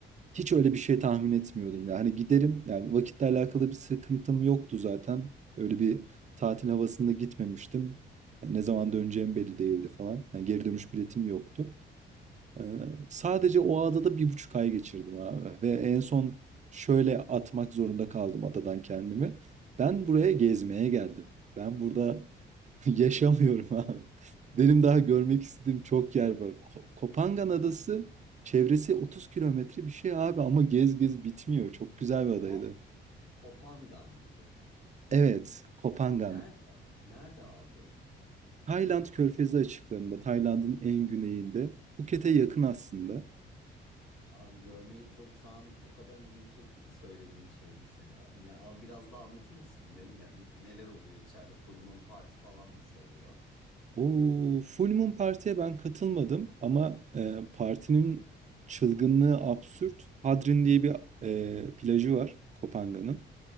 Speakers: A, on the right (about 35°); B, on the left (about 80°).
A: Hiç öyle bir şey tahmin etmiyordum. Yani giderim. yani vakitle alakalı bir sıkıntım yoktu zaten. Öyle bir tatil havasında gitmemiştim. Yani ne zaman döneceğim belli değildi falan. Yani geri dönüş biletim yoktu. Ee, sadece o adada bir buçuk ay geçirdim abi. Ve en son şöyle atmak zorunda kaldım adadan kendimi. Ben buraya gezmeye geldim. Ben burada <laughs> yaşamıyorum abi. Benim daha görmek istediğim çok yer var. Ko- Kopangan Adası çevresi 30 kilometre bir şey abi ama gez gez bitmiyor. Çok güzel bir adaydı.
B: Al, Kopangan mı dedin?
A: Evet, Kopangan.
B: Nerede? Nerede abi?
A: Tayland Körfezi açıklarında, Tayland'ın en güneyinde. Phuket'e yakın aslında.
B: Abi görmeyi çok şu an o kadar ilgimi çekti ki söylediğin şey mesela. Hani al biraz daha anlatır mısın? Ne, yani neler oluyor içeride? Full Moon Party falan nasıl oluyor?
A: O Full Moon Parti'ye ben katılmadım ama e, partinin çılgınlığı absürt. Hadrin diye bir e, plajı var Kopangan'ın.